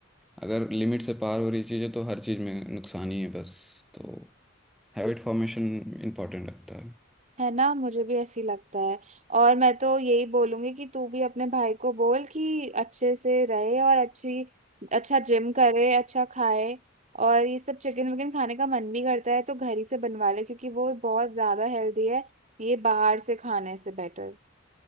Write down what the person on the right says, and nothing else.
है ना मुझे भी ऐसी लगता है और मैं तो यही बोलूंगी कि तू भी अपने भाई को बोल कि अच्छे से रहे और अच्छी अच्छा जिम करे अच्छा खाए और ये सब चिकन विकन खाने का मन भी करता है तो घर ही से बनवा ले क्योंकि वो बहुत ज्यादा हेल्दी है ये बाहर से खाने से बेटर